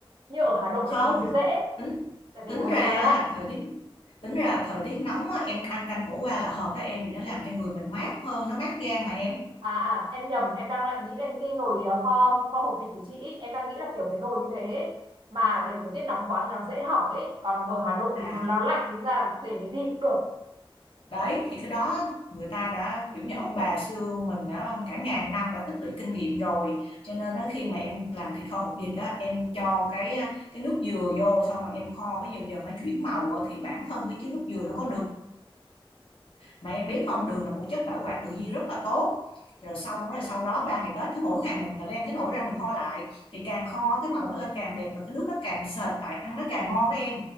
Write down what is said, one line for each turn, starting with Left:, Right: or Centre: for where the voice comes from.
Right: Như ở Hà Nội
Left: không
Right: nhất thì nó sẽ dễ
Left: tính
Right: Tại vì
Left: tính
Right: Hà
Left: ra
Right: Nội
Left: á
Right: nó nó lạnh
Left: là thời tiết tính ra là thời tiết nóng á, em ăn canh khổ qua là hợp đó em vì nó làm cho người mình mát hơn nó mát gan mà em
Right: À à em nhầm em đang lại nghĩ đến cái nồi ờ, kho kho hộp vịt của chị ấy. Em đang nghĩ là kiểu cái nồi như thế ấy. Mà để thời tiết nóng quá thì nó dễ hỏng ấy Còn ở Hà Nội
Left: À,
Right: thì nó lạnh thì ra là để cái gì cũng được
Left: đấy thì cái đó người ta đã kiểu như ông bà xưa mình đã cả ngàn năm đã tích lũy kinh nghiệm rồi cho nên đó khi mà em làm thịt kho hột vịt đó em cho cái cái nước dừa vô xong rồi em kho cái dần dần nó chuyển màu á, thì bản thân cái chứa nước dừa nó có đường mà em biết không đường là một chất bảo quản tự nhiên rất là tốt rồi xong rồi sau đó ba ngày Tết cứ mỗi ngày mình là đem cái nồi ra mình kho lại thì càng kho cái màu nó lên càng đẹp và cái nước nó càng sệt lại ăn nó càng ngon đó em